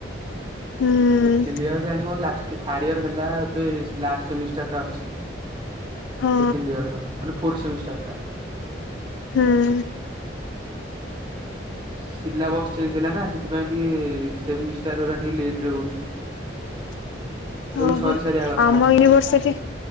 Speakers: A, on the left; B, on the right.
A: ହୁଁ
B: ସେକେଣ୍ଡ ଇୟର ଜାଣି ମୋର ଲାଷ୍ଟ୍ ଥାର୍ଡ ଇୟର ହେଲା ଏବେ ଲାଷ୍ଟ ସେମିଷ୍ଟାର ଟା ଅଛି।
A: ହଁ
B: ସେକେଣ୍ଡ ଇୟର ର ମାନେ ଫୋର୍ଥ ସେମିଷ୍ଟାର ଟା
A: ହୁଁ
B: ସିଲାବସ ଚେଞ୍ଜ ହେଲା ନା ସେଥିପାଇଁ ଟିକେ ସେମିଷ୍ଟାର ଗୁରା ଟିକେ ଲେଟରେ ହଉଛି।
A: <inaudible>
B: ସେତେବେଳୁ
A: ଓହୋ
B: ସରି ସାରିବା କଥା।
A: ଆମ ୟୁନିଭରସିଟି